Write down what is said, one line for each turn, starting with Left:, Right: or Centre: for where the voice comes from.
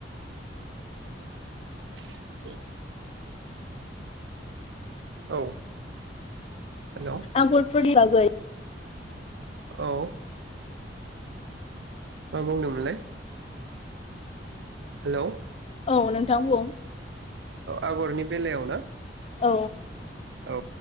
Right: <inaudible> औ हेलौ
Left: आगरफोरनि बै
Right: औ मा बुंदोंमोनलै हेल'
Left: औ नोंथां बुं
Right: आगरनि बेलायाव ना?
Left: औ
Right: औ